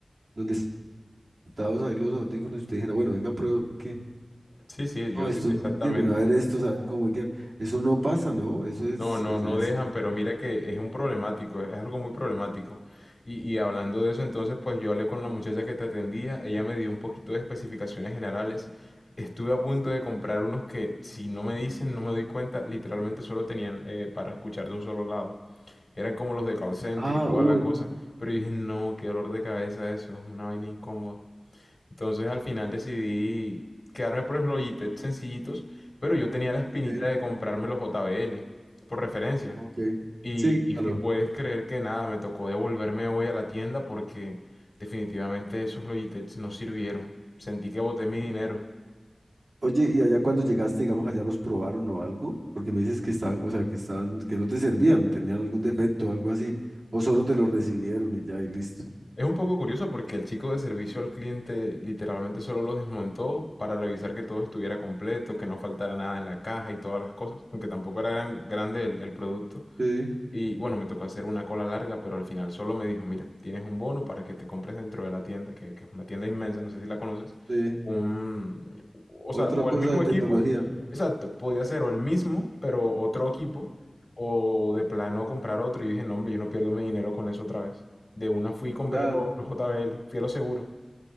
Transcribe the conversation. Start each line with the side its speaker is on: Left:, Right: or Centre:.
Right: donde sentados ahí los audífonos y usted dijera, bueno, venga, prueba que...
Left: Sí, sí,
Right: No,
Left: yo,
Right: estos
Left: yo- exactamente.
Right: no me sirven, a ver estos, a ver cómo me quedan. Eso no pasa, ¿no? Eso es...
Left: No, no,
Right: es-
Left: no
Right: es-
Left: dejan,
Right: sí te-
Left: pero mira que es un problemático, es algo muy problemático. Y, y hablando de eso, entonces, pues yo hablé con la muchacha que te atendía, ella me dio un poquito de especificaciones generales. Estuve a punto de comprar unos que, si no me dicen, no me doy cuenta, literalmente solo tenían eh, para escuchar de un solo lado. Eran como los de call center
Right: Ah,
Left: y toda
Right: uy.
Left: la cosa. Pero yo dije, no, qué dolor de cabeza eso, es una vaina incómoda. Entonces al final decidí quedarme por los Logitech sencillitos, pero yo tenía la espinita
Right: Sí,
Left: de comprarme los JBL por referencia.
Right: ok.
Left: Y,
Right: Sí,
Left: y-
Right: claro.
Left: y puedes creer que nada, me tocó devolverme hoy a la tienda porque definitivamente esos Logitech no sirvieron. Sentí que boté mi dinero.
Right: Oye, ¿y allá cuando llegaste, digamos, allá los probaron o algo? Porque me dices que estaban, o sea, que estaban, que no te servían, tenían algún defecto o algo así, o solo te lo recibieron y ya, y listo.
Left: Es un poco curioso porque el chico de servicio al cliente literalmente solo los desmontó para revisar que todo estuviera completo, que no faltara nada en la caja y todas las cosas, aunque tampoco era gran, grande el el producto.
Right: Sí,
Left: Y bueno, me tocó hacer una cola larga, pero al final solo me dijo, mira, tienes un bono para que te compres dentro de la tienda, que, que es una tienda inmensa, no sé si la conoces,
Right: sí.
Left: un, o
Right: Otra
Left: sea, o
Right: cosa
Left: el mismo
Right: de tecnología.
Left: equipo, exacto, podía ser o el mismo, pero otro equipo, o de plano comprar otro. Y dije, no, hombre, yo no pierdo mi dinero con eso otra vez. De una fui y compré
Right: Claro.
Left: lo- los JBL, fui a lo seguro.